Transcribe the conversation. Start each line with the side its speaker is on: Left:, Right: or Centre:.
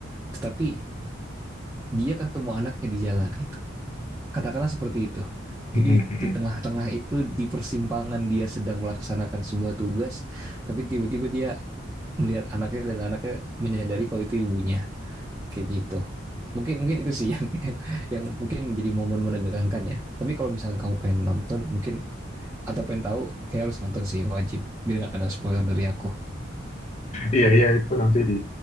Right: tetapi dia ketemu anaknya di jalan gitu katakanlah seperti itu
Left: Mm-mm-mm.
Right: jadi di tengah-tengah itu di persimpangan dia sedang melaksanakan sebuah tugas tapi tiba-tiba dia melihat anaknya dan anaknya menyadari kalau itu ibunya kayak gitu mungkin mungkin itu sih <laughs> yang yang, yang mungkin menjadi momen menegangkan ya tapi kalau misalkan kamu pengen nonton mungkin atau pengen tahu kayak harus nonton sih wajib biar nggak kena spoiler dari aku
Left: Iya, iya, itu nanti di